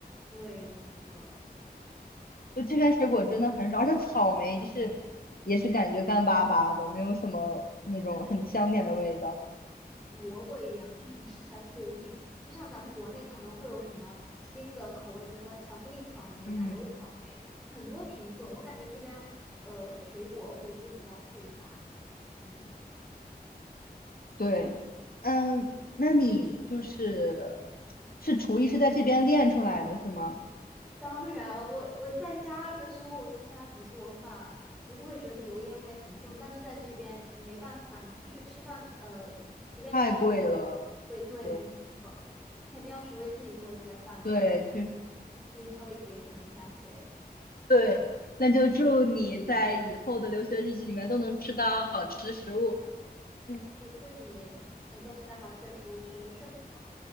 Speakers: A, in the centre; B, on the left.
A: 对，没错，
B: 就这边水果真的很少，而且草莓就是也是感觉干巴巴的，没有什么那种很香甜的味道。
A: 感觉像那种萝卜一样，就是你吃起来特别硬。就像咱们国内可能会有什么新的口味，比如说巧克力草莓、
B: 嗯，
A: 奶油草莓，很多品种。我感觉这边呃水果物资比较匮乏，嗯，是这样
B: 对，嗯，那你就是是厨艺是在这边练出来的是吗？
A: 当然，我我在家的时候，我从来不做饭，我就会觉得油烟味很重。但是在这边你没办法，你出去吃饭，呃，随便吃一顿，
B: 太贵了，
A: 对对，
B: 对
A: 没错没错，你肯定要学会自己做一些饭的，
B: 对，确实
A: 可以稍微节省一下钱。
B: 对，那就祝你在以后的留学日子里面都能吃到好吃的食物。嗯，
A: 也祝你能够吃到好吃的食物，学业顺利。